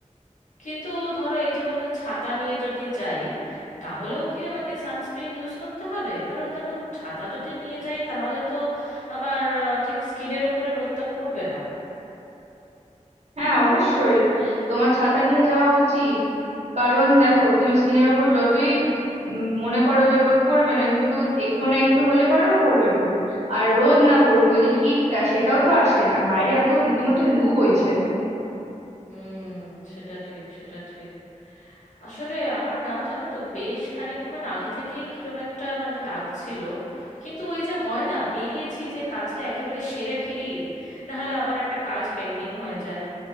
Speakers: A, on the left; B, on the right.
A: কিন্তু ধরো এই যে বললে ছাতা নিয়ে যদি যাই তাহলেও কি আমাকে সানস্ক্রিন ইউজ করতে হবে কারণ দেখো ছাতা যদি নিয়ে যাই তাহলে তো আমার আহ, ঠিক স্কিনের ওপরে রোদটা পড়বে না
B: হ্যাঁ অবশ্যই তোমার ছাতা নিয়ে যাওয়া উচিত কারণ দেখো তুমি স্কিনের ওপর যতই উম, মনে করো যে রোদ পড়বে না কিন্তু একটু না একটু হলে পরেও পড়বে রোদ আর রোদ না পড়ুক ওই যে হিটটা সেটাও তো আসে আর বাইরে এত রীতিমতো লু বইছে
A: হুম সেটা ঠিক সেটা ঠিক আসলে আমার না জানো তো বেশ খানিকক্ষণ আগে থেকে কিরম একটা মানে লাগছিল কিন্তু ওই যে হয় না বেরিয়েছি যে কাজটা একেবারে সেরে ফিরি না হলে আবার একটা কাজ পেন্ডিং হয়ে যায়